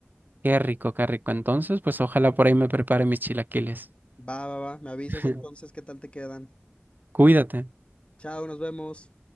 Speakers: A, on the right (about 45°); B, on the left (about 30°).
A: Qué rico, qué rico. Entonces, pues ojalá por ahí me prepare mis chilaquiles.
B: Va, va, va, me avisas
A: <laughs>
B: entonces qué tal te quedan.
A: Cuídate.
B: Chao, nos vemos.